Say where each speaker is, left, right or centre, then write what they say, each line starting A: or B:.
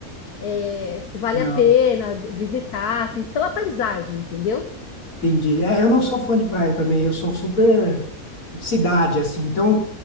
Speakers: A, on the left; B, on the left.
A: é, se vale
B: não.
A: a pena visitar, assim, pela paisagem, entendeu?
B: Entendi. É, eu não sou fã de praia também, eu sou super cidade, assim. Então,